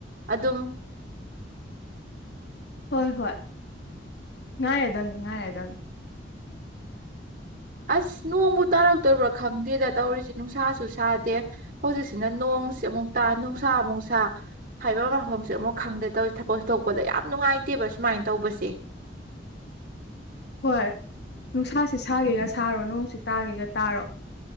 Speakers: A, on the right; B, on the left.
A: ꯑꯗꯨꯝ
B: ꯍꯣꯏ ꯍꯣꯏ ꯉꯥꯏꯔꯗꯕꯅꯤ ꯉꯥꯏꯔꯗꯝꯅꯤ
A: ꯑꯁ ꯅꯣꯡꯕꯨ ꯇꯥꯔꯛꯇꯣꯏꯔꯤꯕ꯭ꯔꯥ ꯈꯪꯗꯦꯗ ꯇꯧꯔꯤꯁꯤ ꯅꯨꯡꯁꯥꯁꯨ ꯁꯥꯗꯦ ꯍꯧꯖꯤꯛꯁꯤꯅ ꯅꯣꯡꯁꯤ ꯑꯃꯨꯛ ꯇꯥ ꯅꯨꯡꯁꯥ ꯑꯃꯨꯛꯁꯥ ꯍꯥꯏꯕ ꯃꯐꯝꯁꯦ ꯑꯃꯨꯛ ꯈꯪꯗꯦ ꯇꯧꯔꯤꯁꯤ ꯊꯕꯛ ꯁꯨꯊꯣꯛꯄꯗ ꯌꯥꯝ ꯅꯨꯡꯉꯥꯏꯇꯦꯕ ꯁꯨꯃꯥꯏꯅ ꯇꯧꯕꯁꯦ
B: ꯍꯣꯏ ꯅꯨꯡꯁꯥꯥꯁ ꯁꯥꯒꯦꯒ ꯁꯥꯔꯣ ꯅꯣꯡꯁꯤ ꯇꯥꯒꯦꯒ ꯇꯥꯔꯣ